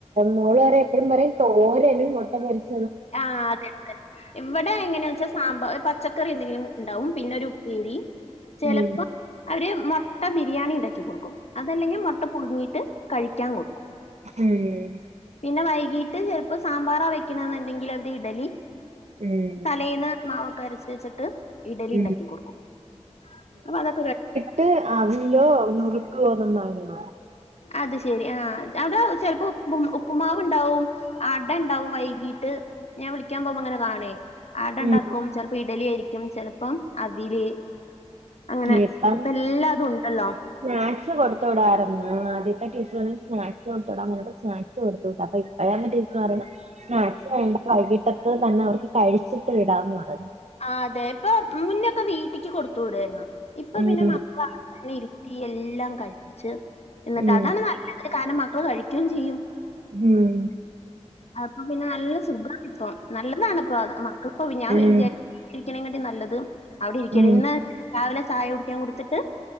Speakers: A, on the right (about 70°); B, on the left (about 65°).
A: മോള് പറയും എപ്പോഴും പറയും തോരനും മൊട്ടപൊരിച്ചതും
B: ആഹ് അതെ അതെ ഇവിടെ എങ്ങനെയാ വെച്ചാൽ സാമ്പാർ പച്ചക്കറി എന്തെങ്കിലും ഉണ്ടാവും പിന്നെ ഒരു ഉപ്പേ പേരി ചിലപ്പം
A: ഉം
B: അവര് മുട്ട ബിരിയാണി ഇണ്ടാക്കി കൊടുക്കും അതല്ലെങ്കിൽ മുട്ട പുഴുങ്ങിട്ട് കഴിക്കാൻ കൊടുക്കും
A: ഉം.
B: പിന്നെ വൈകിട്ട് ചിലപ്പോൾ സാമ്പാർ വയ്ക്കണമെന്ന് ഉണ്ടെങ്കിൽ അവിടെ ഇഡലി
A: ഉം
B: തലേന്ന് മാവൊക്കെ അരച്ച് വെച്ചിട്ട് ഇഡലി
A: ഉം
B: ഉണ്ടാക്കി കൊടുക്കും. അപ്പൊ അതൊക്കെ
A: എന്നിട്ട് അവിലോ നുറുക്ക് ഗോദമ്പോ ഉണ്ടാകും
B: അത് ശെരി ആഹ് അതാ ചെലപ്പോ ഉപ്പ് ഉപ്പ്മാവ് ഉണ്ടാവും, അട ഉണ്ടാവും വൈകീട്ട്. ഞാൻ വിളിക്കാൻ പോകുമ്പോൾ ഇങ്ങനെ കാണേ അടണ്ടാക്കും,
A: ഉം
B: ചിലപ്പോ ഇഡലി ആയിരിക്കും, ചിലപ്പം അവല് അങ്ങനെ
A: ഇപ്പം
B: ഇപ്പ എല്ലാതും ഉണ്ടല്ലോ?
A: സ്നാക്സ് കൊടുത്തടാരുന്നുമല. ആദ്യത്തെ ടീച്ചർ പറഞ്ഞു സ്നാക്സ് കൊടുത്തോടാൻ പറഞ്ഞപ്പ സ്നാക്സ് കൊടുതുവിട്ടു അപ്പ ഇപ്പഴാണ് ടീച്ച പറഞ്ഞു സ്നാക്സ് വേണ്ട വൈകിട്ടത്ത് തന്നെ അവർക്ക് കഴിച്ചിട്ട് വിടാംന്ന് പറഞ്ഞു.
B: ആ അതെ ഇപ്പൊ മുന്നൊക്കെ വീട്ടിക്ക് കൊടുത്തു വിടായിരുന്നു ഇപ്പൊ
A: ഉം
B: പിന്നെ മക്കള അവിടെത്തന്നെ ഇരുത്തി എല്ലാം കഴിപ്പിച്ച്. എന്നിട്ട്
A: ഉം
B: അതാണ് നല്ലത് കാരണം മക്കള് കഴിക്കുകയും ചെയ്യും.
A: ഉം
B: അപ്പൊ പിന്നെ നല്ല സുഖണിപ്പം നല്ലതാണിപ്പം മക്കൾക്കിപ്പോ ഞാൻ
A: ഉം
B: വിചാരി ഇരിക്കണെക്കാട്ടി നല്ലത് അവിടെ ഇരിക്കല്.
A: ഉം
B: ഇന്ന് രാവിലെ ചായ കുടിക്കാൻ കൊടുത്തിട്ട്.